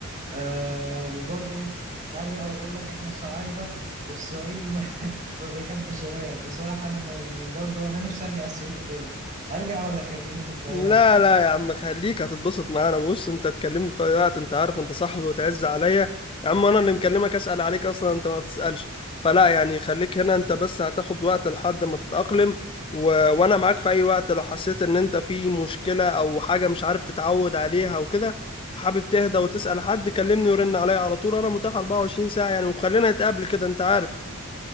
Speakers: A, on the right; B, on the left.
A: آه وبرضه هرجع واقول لك احنا صعايده والصعيد ما, <laughs> ما بيحبش يغير بصراحه انا ما يعني برضه انا نفسي ارجع الصعيد تاني ارجع ولا خليني في القاهره
B: لا لا يا عم خليك هتتبسط معانا بص انت تكلمني في اي وقت انت عارف انت صاحبي وتعز عليا يا عم انا اللي مكلمك اسال عليك اصلا انت ما بتسالش فلا يعني خليك هنا انت بس هتاخد وقت لحد ما تتاقلم و... وانا معاك في اي وقت لو حسيت ان انت في مشكله او حاجه مش عارف تتعود عليها وكده حابب تهدى وتسال حد كلمني ورن عليا على طول انا متاح 24 ساعه يعني وخلينا نتقابل كده انت عارف